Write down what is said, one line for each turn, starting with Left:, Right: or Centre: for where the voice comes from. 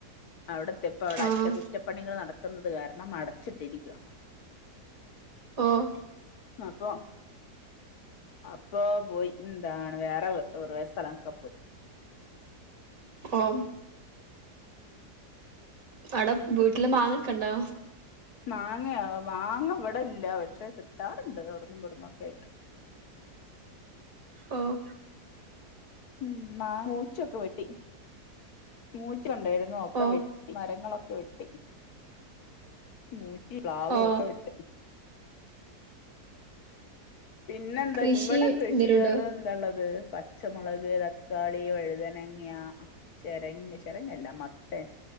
Left: അവിടത്തിയപ്പോ അവിടെ
Right: ആഹ്
Left: അറ്റകുറ്റ പ്പണികൾ നടക്കുന്നത് കാരണം അടച്ചിട്ടിരിക്കുക.
Right: ഓഹ്
Left: അപ്പൊ അപ്പൊ പോയി. എന്താണ് വേറെ ഒരു കുറെ സ്ഥലൊക്കെ പോയി.
Right: ഓഹ് ആടെ വീട്ടില് മാങ്ങൊക്കെ ഉണ്ടോ?
Left: മാങ്ങയോ മാങ്ങ ഇവിടെ ഇല്ല പക്ഷെ കിട്ടാറുണ്ട് അവിടന്നും ഇവിടന്നും ഒക്കെ ആയിട്ട്.
Right: ഓഹ്
Left: ഉം മാ ഉച്ചക്കൊ വെട്ടി. മൂച്ചിണ്ടായിരുന്നു ഒക്കെ
Right: ഓ
Left: വെട്ടി മരങ്ങളൊക്കെ വെട്ടി. മൂച്ചി, പ്ലാവ്
Right: ഓ
Left: ഒക്കെ വൊട്ടി. പിന്നെന്താ
Right: കൃഷി
Left: ഇവിടെ കൃഷികള്
Right: എന്തേലും ഉണ്ടോ
Left: എന്താള്ളത് പ പച്ചമുളക്, തക്കാളി, വഴുതനങ്ങ, ചെരങ്ങ, ചെരങ്ങല്ല മത്തൻ